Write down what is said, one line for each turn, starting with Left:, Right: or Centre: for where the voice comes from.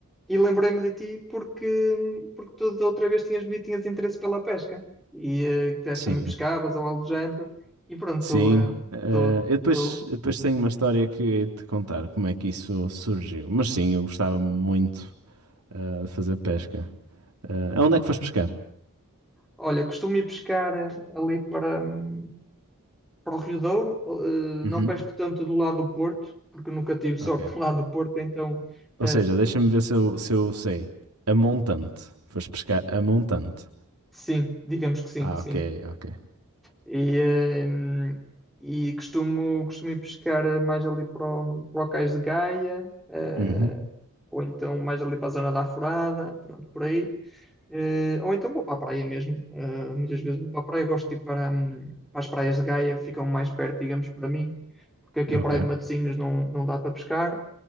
Centre: e lembrei-me de ti porque, porque tu da outra vez tinhas-me dito que tinhas interesse pela pesca, e eh, que deste
Right: Sim,
Centre: também pescavas ou algo do género, e pronto,
Right: sim.
Centre: estou... eh,
Right: Eh,
Centre: estou
Right: eu depois,
Centre: estou.
Right: eu depois tenho uma história que hei de te contar como é que isso surgiu. Mas sim, eu gostava muito eh, de fazer pesca. Eh, aonde é que foste pescar?
Centre: Olha, costumo ir pescar eh, ali para. hum, para o Rio Douro, eh,
Right: Uhum.
Centre: não pesco tanto do lado do Porto, porque nunca tive sorte
Right: Ok.
Centre: <laughs> do lado do Porto, então
Right: Ou
Centre: eh,
Right: seja, deixa-me ver se eu, se eu sei. A montante. Foste pescar a montante.
Centre: sim, digamos que sim,
Right: Ah,
Centre: sim.
Right: ok, ok.
Centre: E, eh, e costumo, costumo ir pescar mais ali para o, para o Cais de Gaia, eh,
Right: Uhum,
Centre: ou então mais ali para a zona da Alvorada, pronto, por aí. Eh, ou então vou para a praia mesmo. Eh, muitas vezes vou para a praia, gosto de ir para, hum, para as praias de Gaia, ficam mais perto, digamos, para mim, porque aqui
Right: ok.
Centre: a praia de Matosinhos não, não dá para pescar.